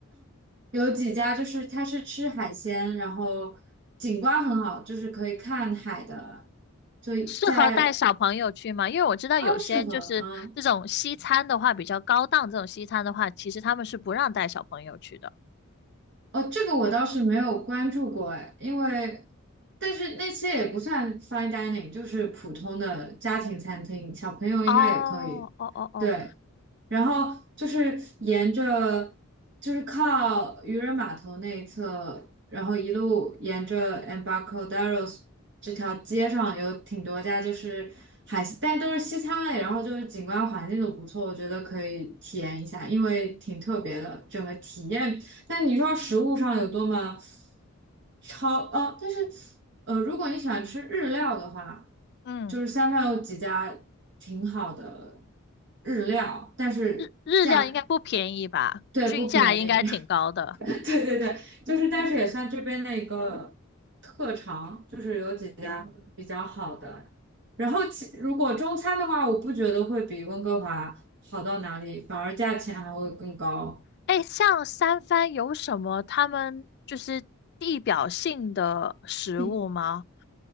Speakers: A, on the right; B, on the left.
A: 有几家就是它是吃海鲜，然后景观很好，就是可以看海的，就在
B: 适合带小朋友去吗？因为我知道有些就是这种西餐的话，
A: 啊适合嗯。
B: 比较高档这种西餐的话，其实他们是不让带小朋友去的。
A: 哦，这个我倒是没有关注过哎，因为但是那些也不算 fine dining，就是普通的家庭餐厅，小朋友应该也可以。
B: 哦，哦哦哦，
A: 对，然后就是沿着就是靠渔人码头那一侧，然后一路沿着 e m b a r k o d e r o s 这条街上有挺多家就是海西，但都是西餐类，然后就是景观环境都不错，我觉得可以体验一下，因为挺特别的，整个体验。但你说食物上有多么超呃，但是呃，如果你喜欢吃日料的话，
B: 嗯，
A: 就是三藩有几家挺好的日料，但是价格
B: 日日料应该不便宜吧？
A: 对不便宜，
B: 均价应该挺高的。
A: <laughs> 对对对，就是但是也算这边的一个特长，就是有几家比较好的。然后其如果中餐的话，我不觉得会比温哥华好到哪里，反而价钱还会更高，
B: 哎，像三藩有什么他们就是地表性的食物吗？
A: 地